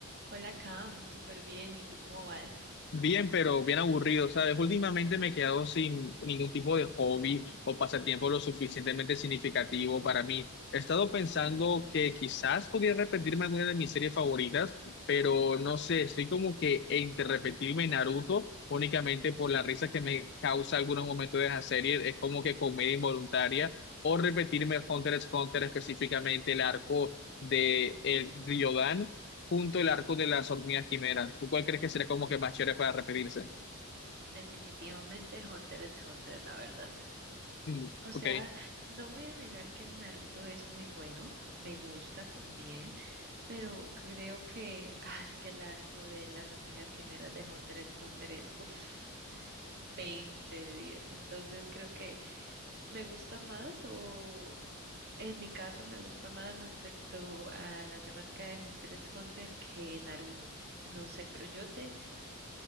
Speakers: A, on the right; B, on the left.
A: Hola Cam, súper bien. ¿Y tú cómo vas?
B: Bien, pero bien aburrido, ¿sabes? Últimamente me he quedado sin ningún tipo de hobby o pasatiempo lo suficientemente significativo para mí. He estado pensando que quizás podría repetirme alguna de mis series favoritas, pero no sé, estoy como que entre repetirme Naruto únicamente por la risa que me causa algunos momentos de esa serie, es como que comedia involuntaria, o repetirme Hunter x Hunter específicamente el arco de el Ryodan junto el arco de las hormigas quimera ¿Tú cuál crees que sería como que más chévere para repetirse?
A: Definitivamente Hunter x Hunter, la verdad.
B: Mm,
A: O
B: ok.
A: sea, no voy a negar que Naruto es muy bueno, me gusta también, pero creo que, ah, es que el arco de las hormigas quimeras de Hunter x Hunter es, uff, 20 de 10. Entonces creo que me gusta más o... En mi caso me gusta más respecto a la temática de Hunter x Hunter que Naruto. No sé, pero yo te